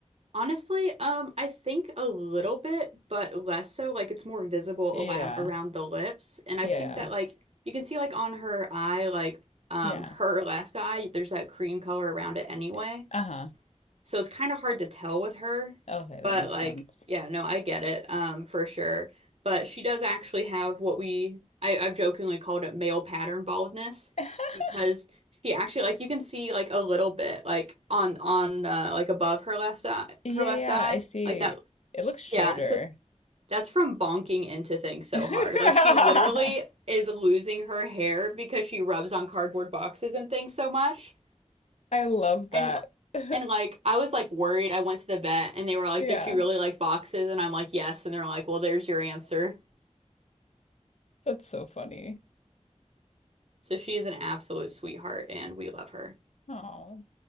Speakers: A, on the right; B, on the left.
A: Honestly, um I think a little bit, but less so like it's more visible
B: Yeah.
A: around around the lips and I
B: Yeah.
A: think that like you can see like on her eye like um
B: Yeah.
A: her left eye there's that cream color around it anyway.
B: Eh, Uh-huh.
A: So it's kind of hard to tell with her,
B: Okay, that
A: but
B: makes
A: like,
B: sense.
A: yeah, no, I get it, um, for sure. But she does actually have what we I, I've jokingly called it male pattern baldness
B: <laughs>
A: because she actually like you can see like a little bit like on on uh, like above her left eye
B: Yeah,
A: her left
B: yeah,
A: eye
B: I see.
A: like that
B: It looks shorter.
A: yeah so that's from bonking into things
B: <laughs>
A: so
B: I
A: hard like she literally is losing her hair because she rubs on cardboard boxes and things so much.
B: love that.
A: And
B: <laughs>
A: and like I was like worried. I went to the vet and they were like,
B: Yeah,
A: "Does she really like boxes?" And I'm like, "Yes." And they're like, "Well, there's your answer."
B: that's so funny.
A: So she is an absolute sweetheart and we love her.
B: Oh.